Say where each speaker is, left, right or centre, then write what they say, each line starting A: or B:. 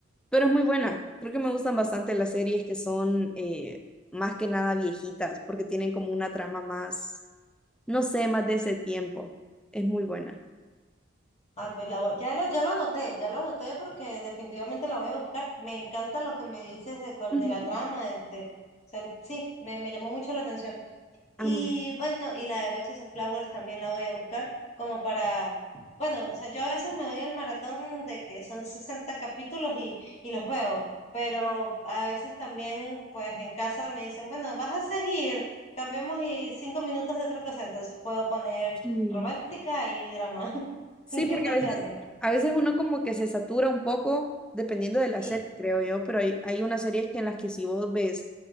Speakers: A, in the centre; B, on the left.
A: pero es muy buena. Creo que me gustan bastante las series que son eh, más que nada viejitas porque tienen como una trama más, no sé, más de ese tiempo. Es muy buena.
B: Ay, pues la voy, ya lo, ya lo anoté, ya lo anoté porque definitivamente la voy a buscar. Me encanta lo que me dices de, cuál-
A: Ujú.
B: de la trama, de, de- o sea, sí, me, me llamó mucho la atención. Y
A: Ah, muy bien.
B: bueno, y la de Voices of Flowers también la voy a buscar como para, bueno, o sea, yo a veces me doy el maratón de que son 60 capítulos y, y los veo, pero a veces también pues en casa me dicen, bueno, vas a seguir, cambiemos y cinco minutos de otra cosa, entonces puedo poner
A: Sí.
B: romántica y drama <laughs>
A: Sí,
B: y
A: porque
B: ir cambiando.
A: a veces, a veces uno como que se satura un poco dependiendo
B: Sí,
A: de la serie, creo yo, pero hay, hay unas series que en las que si vos ves